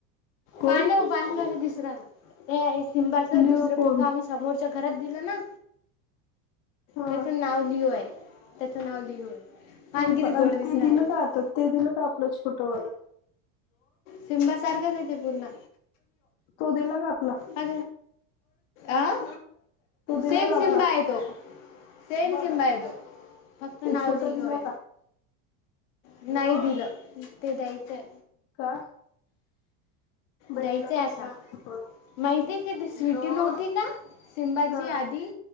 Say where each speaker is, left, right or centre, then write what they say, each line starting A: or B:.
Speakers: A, on the left (about 50°); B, on the left (about 75°).
A: कोण
B: पाण्या व पान का दिसू राहिला शिंबाचं
A: लिओ
B: दुसरं
A: कोण?
B: पिल्लं समोरच्या घरात दिलं ना
A: हा
B: त्याच नाव लिओ हाय त्याचं नाव लिओ आहे पान
A: हो
B: किती
A: का
B: गोड दिसू
A: ते
B: राहिलं
A: दिलं का आता ते दिलं का आपलं छोटवालं
B: सिम्बा सारखाचं हाय ते पुर्ण
A: तो दिला का आपला?
B: अ अ
A: तो दिला
B: सेम
A: का आपला
B: सिम्बा आहेे तो सेम सिंम्बा हाय तो फक्त
A: ते
B: नावलीग
A: छोटा दिला
B: होय
A: का
B: नाही दिलं, ते द्यायचंय
A: का? भेटला
B: द्यायचंय आता,
A: नसला आणखी कोण
B: माहितीय का ती स्वीटी नव्हती का? सिंबाची
A: हा
B: आदी